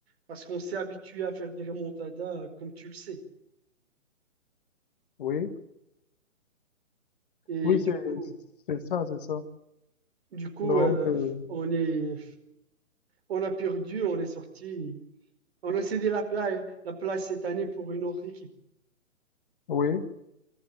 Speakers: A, on the right; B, on the left.
A: Parce qu'on s'est habitué à faire des remontadas, comme tu le sais.
B: Oui.
A: Et
B: Oui,
A: du
B: c'est
A: coup,
B: c'est ça, c'est ça.
A: du coup
B: Donc,
A: euh,
B: euh,
A: on est, on a perdu, on est sorti. On a cédé la place, la place cette année pour une autre équipe.
B: oui.